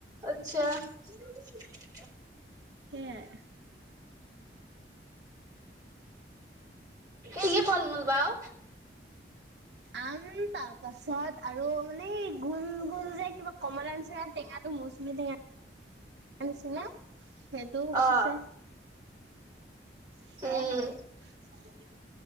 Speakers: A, on the right; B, on the right.
A: আচ্ছা। <inaudible>
B: সেয়াই।
A: এই কি ফল মূল বাৰু।
B: আম তাৰপাছত আৰু মানে গোল, গোল যে কিবা কমলা নিচিনা টেঙা এইটো মৌচুমী টেঙা, আনিছিলে, সেইটোও গছ
A: অ।
B: আছে। সেয়াই
A: উম
B: হয় আৰু,